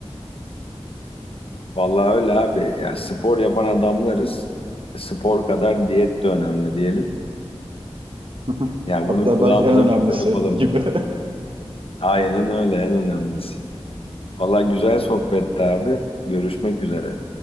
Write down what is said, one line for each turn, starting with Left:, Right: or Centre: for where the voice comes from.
Left: Vallahi öyle abi. Ya spor yapan adamlarız. Spor kadar diyet de önemli diyelim.
Right: <laughs>
Left: Ya
Right: Hatta
Left: bunu kulağımıza
Right: belki en önemlisi
Left: küpe yapalım.
Right: gibi. <laughs>
Left: Aynen öyle en önemlisi. Vallahi güzel sohbetti abi. Görüşmek üzere.